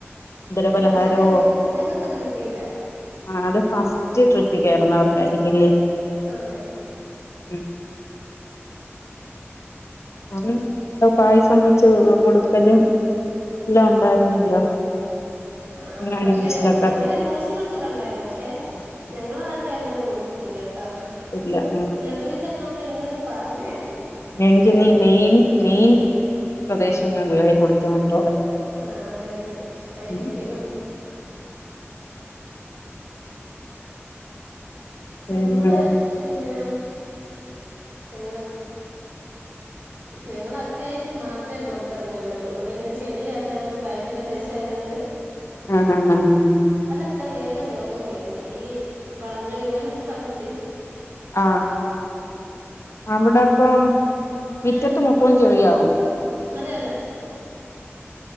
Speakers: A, on the left; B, on the right.
A: എന്തരോ
B: ഇല്ല
A: പലഹാരവോ
B: പക്ഷെ ഞങ്ങ ഞങ്ങൾക്കത് കിട്ടിയില്ല
A: ആഹ് അത് ഫസ്റ്റ് ട്രിപ്പി കേറുന്നവർക്കായിരിക്കില്ലേ
B: അതെ
A: ഉം കാരണം ന്തോ പായസം വെച്ച് കൊടുക്കലും എല്ലാം ഉണ്ടായിരുന്നല്ലോ
B: ആഹ്
A: ഞാൻ
B: പക്ഷെ
A: ന്യൂസിലൊക്കെ
B: അങ്ങനെ ന്യൂസിലൊക്കെ കണ്ടായിരുന്നു പക്ഷെ
A: ആ, ആ,
B: ഞങ്ങള നാട്ട ത്തെ അങ്ങനൊന്നും കൊടുത്തിട്ടില്ല <unintelligible>
A: ഇല്ല ആഹ്
B: തര്ന്നാക്ക് ഇണ്ട്ന്ന് പറഞ്ഞായിരുന്നു പക്ഷെ
A: എനിക്കിനി
B: ഞങ്ങ
A: മെയിൻ മെയിൻ പ്രദേശം <unintelligible>
B: ആ അതെ അതെ ആയിരിക്കണം.
A: മ്ഹ്ം.
B: <unintelligible> സുഖംതന്നെയാണ്
A: പിന്നെ
B: ഞങ്ങൾ അത്യാവശ്യം മാത്രമേ പുറത്തിറങ്ങാറുള്ളൂ ഇവിടെ ഇങ്ങനെ ചെളിയായത് കാരണം വയലും പ്രദേശം ആയതുകൊണ്ട്.
A: ആഹ് ഹഹ് ആഹ് ഹഹ്
B: ഒക്കെ വേഗം രോഗം വരുന്നു ഈ വളങ്കടി പോലെ സമ്മിറ്റ് <unintelligible>
A: ആ, അവിടെ ഇപ്പം മിറ്റത്ത്
B: ഏ
A: മൊത്തം ചെളിയാവും.
B: അതെ അതെ.